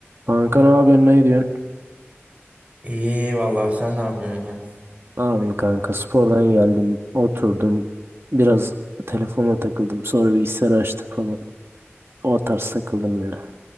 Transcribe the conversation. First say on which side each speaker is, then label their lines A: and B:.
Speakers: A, on the right (about 60°); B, on the right (about 30°).
A: Kanka ne yapıyorsun ne diyorsun?
B: İyi vallahi sen ne yapıyorsun ya?
A: Ne yapayım kanka spordan geldim oturdum biraz telefona takıldım sonra bilgisayar açtım falan o tarz takıldım ya.